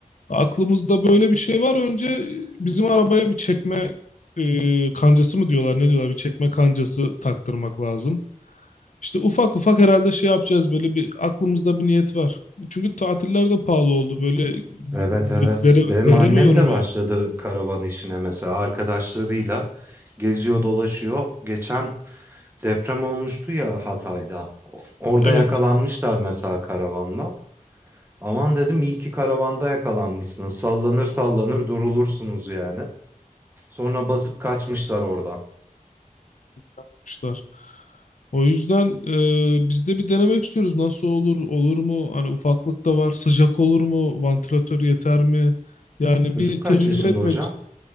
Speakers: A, on the left; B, on the right.
A: Aklımızda böyle bir şey var. Önce bizim arabaya bir çekme e, kancası mı diyorlar ne diyorlar bir çekme kancası taktırmak lazım. İşte ufak ufak herhalde şey yapacağız böyle bir aklımızda bir niyet var. Çünkü tatiller de pahalı oldu böyle
B: Evet
A: v-
B: evet.
A: vere,
B: Benim
A: veremiyorum
B: annem de başladı
A: yani.
B: karavan işine mesela arkadaşlarıyla geziyor dolaşıyor. Geçen deprem olmuştu ya Hatay'da. O- Orada
A: Evet
B: yakalanmışlar mesela karavanla. Aman dedim iyi ki karavanda yakalanmışsınız. Sallanır sallanır durulursunuz yani. Sonra basıp kaçmışlar oradan.
A: yapmışlar. O yüzden e, biz de bir denemek istiyoruz. Nasıl olur, olur mu? Hani ufaklık da var. Sıcak olur mu? Vantilatör yeter mi? Yani
B: Çocuk
A: bir tecrübe
B: kaç yaşında
A: etmek
B: hocam?